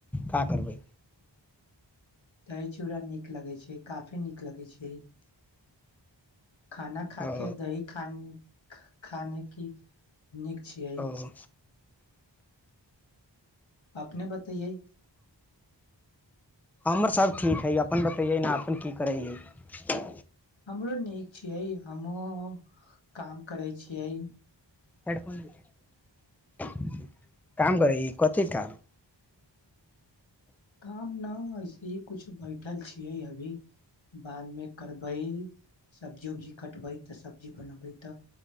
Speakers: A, in the centre; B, on the left.
A: का करबै
B: दही चूड़ा नीक लगै छै काफी नीक लगै छै खाना खा
A: ओ
B: के दही खान ख खाने की नीक छियै
A: ओ
B: अपने बतैयै
A: हमर सभ ठीक हइ अपन बतैयै न अपन की करैय हिये
B: हमरो नीक छियै हमहु काम करै छियै
A: हेडफोन <unintelligible> काम करै ही कथी काम
B: काम न ऐसे ही कछु बैठल छियै अभी बादमे करबै सब्जी उब्जी कटबै तऽ सब्जी बनबै तऽ